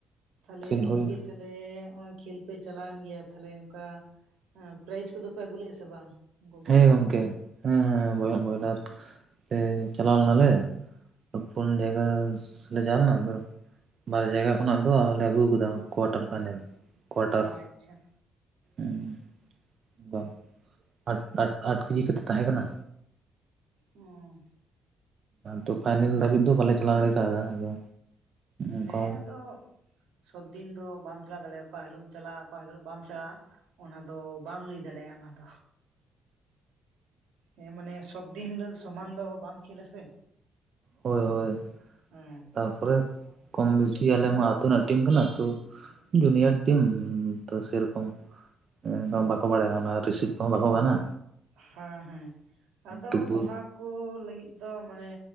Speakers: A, on the right (about 80°); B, on the right (about 50°).
A: ᱛᱟᱦᱞᱮ
B: ᱠᱷᱮᱞ
A: ᱜᱚᱝᱠᱮ
B: ᱦᱩᱭᱱᱟ
A: ᱛᱟ ᱦᱞᱮ ᱚᱜᱼᱚᱭ ᱠᱷᱮᱞ ᱯᱮ ᱪᱟᱞᱟᱣᱮᱱ ᱜᱮᱭᱟ ᱛᱟᱦᱞᱮ ᱚᱝᱠᱟ ᱯᱨᱟᱭᱤᱡ ᱠᱚᱫᱚ ᱯᱮ ᱟᱹᱜᱩ ᱞᱮᱜᱼᱟ ᱥᱮ ᱵᱟᱝ? ᱩᱱᱠᱩ ᱵᱚᱭᱞᱟᱨ
B: ᱦᱮᱸ ᱜᱚᱝᱠᱮ,
A: ᱠᱚᱜᱮ?
B: ᱦᱮᱸ ᱦᱮᱸ ᱦᱮᱸ ᱵᱚᱭ-ᱵᱚᱭᱞᱟᱨ ᱛᱮ ᱪᱟᱞᱟᱣ ᱞᱮᱱᱟᱞᱮ, ᱯᱩᱱ ᱡᱟᱭᱜᱟ <unintelligible> ᱞᱮᱱᱟ ᱟᱫᱚ ᱵᱟᱨ ᱡᱟᱭᱜᱟ ᱠᱷᱚᱱᱟᱜ ᱫᱚ ᱟᱨᱞᱮ ᱟᱹᱜᱩ ᱠᱟᱫᱟ ᱠᱚᱣᱟᱴᱟᱨ ᱯᱷᱟᱭᱱᱮᱞ᱾ ᱠᱚᱣᱟᱴᱟᱨ
A: ᱚ ᱟᱪᱪᱷᱟ
B: ᱩᱸ ᱩᱸ, ᱵᱟᱝ, ᱟᱴ-ᱟᱴ-ᱟᱴ ᱠᱮᱡᱤ ᱠᱟᱛᱮᱜ ᱛᱟᱦᱮᱸ ᱠᱟᱱᱟ᱾
A: ᱚᱸ
B: ᱛᱚ ᱯᱷᱟᱭᱱᱮᱞ ᱫᱷᱟᱹᱵᱤᱜ ᱫᱚ ᱵᱟᱞᱮ ᱪᱟᱞᱟᱣ ᱫᱟᱲᱮ ᱠᱟᱣᱫᱟᱜᱼᱟ ᱟᱫᱚ ᱚᱱᱠᱟ
A: ᱦᱮᱸ ᱟᱫᱚ ᱥᱚᱵ ᱫᱤᱱ ᱫᱚ ᱵᱟᱢ ᱪᱟᱞᱟᱣ ᱫᱟᱲᱮᱭᱟᱜᱼᱟ ᱚᱠᱟ ᱦᱤᱞᱳᱜ ᱮᱢ ᱪᱟᱞᱟᱜᱼᱟ ᱚᱠᱟ ᱦᱤᱞᱟᱹᱜ ᱵᱟᱢ ᱪᱟᱞᱟᱜᱼᱟ ᱚᱱᱟ ᱫᱚ ᱵᱟᱢ ᱞᱟᱹᱭ ᱫᱟᱲᱮᱭᱟᱜᱼᱟ ᱚᱱᱟ ᱫᱚ᱾ ᱦᱮᱸ ᱢᱟᱱᱮ ᱥᱚᱵᱽᱫᱤᱱ ᱦᱤᱞᱟᱹᱜ ᱥᱚᱢᱟᱱ ᱫᱚ ᱵᱟᱢ ᱠᱷᱞᱟᱥᱮ
B: ᱦᱳᱭ ᱦᱳᱭ,
A: ᱦᱮᱸ
B: ᱛᱟᱨᱯᱚᱨᱮ ᱠᱚᱢ ᱵᱮᱥᱤ ᱟᱞᱮᱢᱟ ᱟᱹᱛᱩ ᱨᱮᱱᱟᱜ ᱴᱤᱢ ᱠᱟᱱᱟ ᱛᱚ ᱡᱩᱱᱤᱭᱟᱹᱨ ᱴᱤᱢ ᱛᱚ ᱥᱮᱨᱚᱠᱚᱢ, ᱮᱠᱫᱚᱢ ᱵᱟᱠᱚ ᱵᱟᱲᱟᱭᱟ ᱚᱱᱟ ᱨᱤᱥᱤᱯᱴ ᱠᱚᱦᱚᱸ ᱵᱟᱠᱚ ᱜᱟᱱᱟ᱾
A: ᱦᱮᱸ ᱦᱮᱸ ᱟᱫᱚ
B: ᱛᱚᱵᱩ
A: ᱚᱱᱟᱠᱩ ᱞᱟᱹᱜᱤᱫ ᱫᱚ ᱢᱟᱱᱮ,